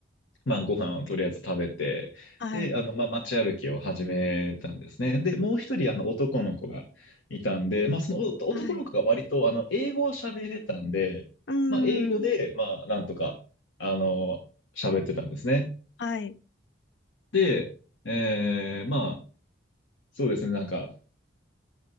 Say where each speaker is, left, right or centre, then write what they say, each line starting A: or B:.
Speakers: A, on the left (about 80°); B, on the left (about 65°).
A: まあ、ご飯をとりあえず食べて、
B: はい。
A: で、あの、まあ、街歩きを始めたんですね。で、もう一人、あの、男の子がいたんで、まあ、そのお男の子が割と、
B: はい。
A: あの、英語を喋れたんで、
B: うん。
A: まあ、英語で、まあ、なんとか、あの、喋ってたんですね。
B: はい。
A: で、えー、まあ、そうですね、なんか、